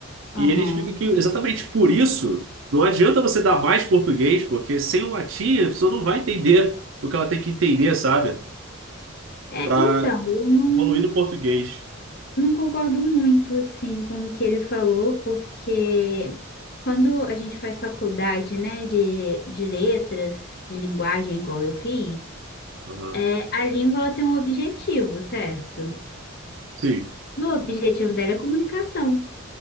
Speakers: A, on the left; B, on the right.
A: Aham.
B: E ele explica que exatamente por isso não adianta você dar mais português, porque sem o latim a pessoa não vai entender o que ela tem que entender, sabe?
A: É,
B: Para
A: então, eu não,
B: evoluir no português.
A: não concordo muito, assim, com o que ele falou, porque quando a gente faz faculdade, né, de, de letras, de linguagem, igual eu fiz,
B: Aham.
A: é, a língua ela tem um objetivo, certo?
B: Sim,
A: E O objetivo dela é comunicação.